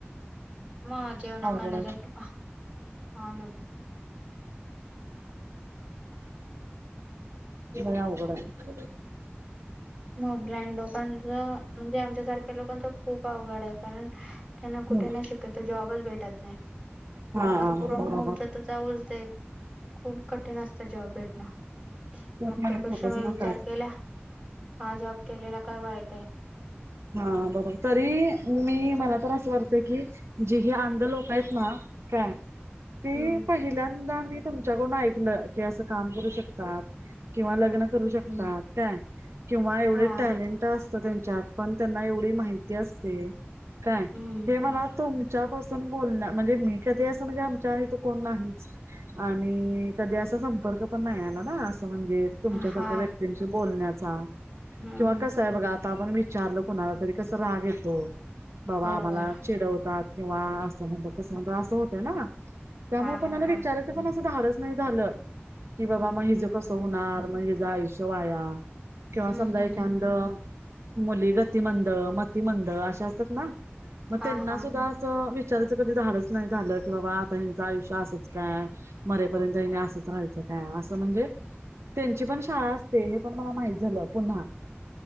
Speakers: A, on the right (about 25°); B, on the right (about 80°).
A: मग जेवणा
B: अवघडच.
A: खाण्याच खूप हाल होते
B: लय अवघड हाय
A: म ब्लाइंड लोकांच म्हणजे आमच्यासारख्या लोकांच खूप अवघड आहे कारण त्यांना कुठे
B: हम्म
A: नाही शिकाच जॉबच भेटत नाही
B: हा
A: वर्क फ्रॉम
B: बरोबर.
A: होमचा तर जाऊच देत खूप कठीण असतं जॉब भेटणं.
B: तेच
A: मग
B: म्हणलं
A: त्यापेक्षा
B: फोकस
A: मी विचार
B: नसायचा.
A: केला हा जॉब केलेला काय वाईट आहे.
B: हा, बरोबर तरी मी मला तर असं वाटते की जी हे अंध लोक आहेत ना हा. ती
A: हम्म
B: पहिल्यांदा मी तुमच्याकडून ऐकलं की असं काम करू शकतात किंवा ल ग्न करू शकात
A: हम्म
B: काय किंवा एवढे
A: हा
B: टॅलेंट असत त्यांच्यात पण त्यांना एवढी माहिती असते काय
A: हम्म
B: हे मला तुम च्यापासून म्हणजे मी कधी अस म्हणजे आमच्या इथे कोण नाहीच आणि कधी असा संपर्क पण नाही आला ना असं म्हणजे तुमच्यासारख्या
A: हा
B: व्यक्तींशी बोलण्यात चा
A: हम्म
B: किंवा कस आहे बघा आता आपण विचारलं कोणाला तरी कस राग येतो बाबा
A: बरोबर
B: आम्हाला चिडवतात किंवा असं म्हणतो तसं म्हणत असं होतं ना त्यामुळे
A: हा
B: कोणाला
A: हा हा
B: विचारायचं पण धाडच नाही झालं की बाबा
A: हम्म
B: मग
A: हम्म
B: हिजं कसं होणार मग हिजं आयुष्य वाया
A: हम्म
B: किंवा समजा
A: हम्म
B: एखांद
A: हम्म
B: मुली गतिमंद मतिमंद अशा असतात ना मग
A: हा
B: त्यांना
A: हा
B: सुद्धा अस विचाराच कधी धाडच नाही झालं की बाबा आता ह्यांचं आयुष्य असेच काय मरेपर्यंत ह असंच राहायचं असं म्हणजे त्यांची पण शाळा असते हे पण मला माहित झालं पुन्हा